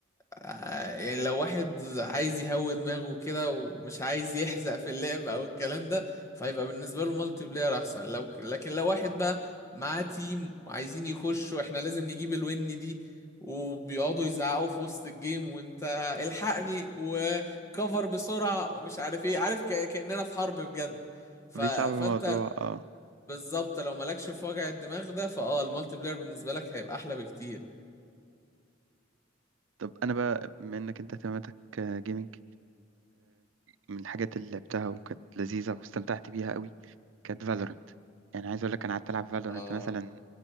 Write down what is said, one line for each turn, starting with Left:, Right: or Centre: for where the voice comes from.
Left: آه، يعني لو واحد عايز يهوي دماغه كده ومش عايز يحزق في اللعب او الكلام ده فهيبقى بالنسبه له مالتي بلاير احسن لو لكن لو واحد بقى معاه تيم وعايزين يخشوا احنا لازم نجيب الون دي وبيقعدوا يزعقوا في وسط الجيم وانت الحقني وكفر بسرعه ومش عارف ايه عارف ك- كاننا في حرب بجد ف...
Right: بيصعب
Left: فانت
Right: الموضوع اه
Left: بالظبط لو مالكش في وجع الدماغ ده فاه المالتي بلاير بالنسبه لك هيبقى احلى بكتير
Right: طب انا بقى بما انك انت اهتماماتك جيمنج من الحاجات اللي لعبتها وكانت لذيذه واستمتعت بيها قوي كانت فالورنت يعني عايز اقول لك انا قعدت العب فالورنت
Left: آه
Right: مثلا